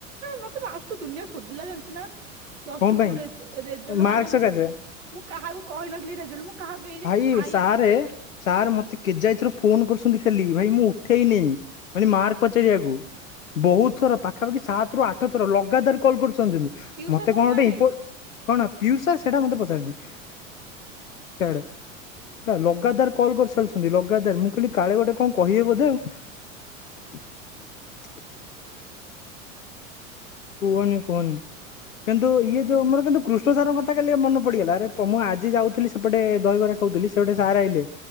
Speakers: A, on the right; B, on the left.
A: ମତେ ଲାଷ୍ଟ କୁ ଦୁନିଆ ସୋଧିଲା ଜାଣିଛୁ ନା ପ୍ଲସ୍
B: କଣ
A: ଟୁରେ
B: ପାଇଁ
A: ରେଜଲ୍ଟ
B: ମାର୍କ
A: ବାହାରିଲା ମୁଁ
B: ସକାଶେ
A: ମୁଁ କାହାକୁ କହିନଥିଲି ରେଜଲ୍ଟ ମୁଁ କାହାକୁ ଏଇ ଯାଏଁ
B: ଭାଇ
A: ବି ସାଇ
B: ସାର୍ ସାର୍ ମତେ କେଯାଇ ଥର ଫୋନ କରୁଛ ନ୍ତି ଖାଲି ଭାଇ ମୁଁ ଉଠେଇନି ମାନେ ମାର୍କ ପଚାରିଆକୁ ବହୁତ ଥର ପାଖାପାଖି ସାତ ରୁ ଆଠ ଥର ଲଗାତାର କଲ୍ କରୁ ଛନ୍ତି
A: ପିୟୁଷ
B: ମତେ
A: ସାର୍ ପହଞ୍ଚିଲା
B: କଣ ଗୋଟେ
A: ନା
B: କଣ
A: ନାଇଁ
B: ଇମ୍ପୋ କଣ ୟୁ ସେ ମତେ ସେଇଟା ପସନ୍ଦ ନୁହଁ <unintelligible>
A: ହଁ
B: ଆଡେ ହେ ଲଗାତାର କଲ୍ କରିସାରଛ ଲଗାତାର ମୁଁ କହିଲି କାଳେ ଗୋଟେ କଣ କହିବେ ବୋଧେ ଆଉ। <unintelligible>
A: ମା ତମା
B: କୁହନି କୁହନି କିନ୍ତୁ ଇଏ ଯୋଉ ଆମର କିନ୍ତୁ କୃଷ୍ଣ ସାର୍ ଙ୍କ କଥା କାଲି ମନ ପଡ଼ିଗଲା ଆରେ ମୁଁ ଆଜି ଯାଉଥିଲି ସେପଟେ ଦହିବରା ଖାଉଥିଲି ସେପଟେ ସାର୍ ଆଇଲେ